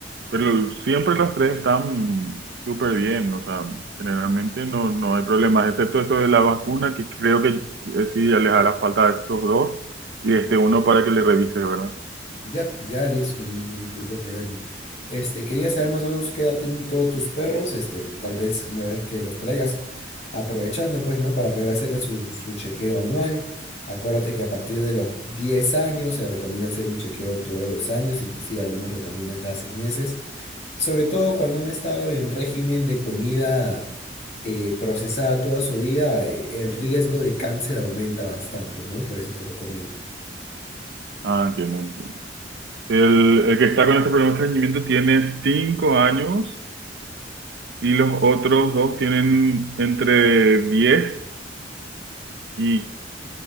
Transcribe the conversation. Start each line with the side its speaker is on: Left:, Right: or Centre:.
Right: pero siempre los tres están súper bien, o sea, generalmente no, no hay problemas, excepto esto de la vacuna, que creo que eh, sí ya les hará falta a estos dos y este uno para que le revise, ¿verdad?
Left: Ya, ya listo, sin ningún tipo de problema. Este, quería saber más o menos qué edad tienen todos tus perros, este, tal vez una vez que los traigas, aprovechando pues, ¿no? Para poder hacerle su, su chequeo anual. Acuérdate que a partir de los 10 años se recomienda hacer un chequeo todos los años, inclusive algunos recomiendan cada seis meses. Sobre todo cuando han estado en régimen de comida eh, procesada toda su vida, eh, el riesgo de cáncer aumenta bastante, ¿no? Por eso te lo comento.
Right: Ah, entiendo, entiendo. El, el que está con este problema de estreñimiento tiene 5 años y los otros dos tienen entre 10 y,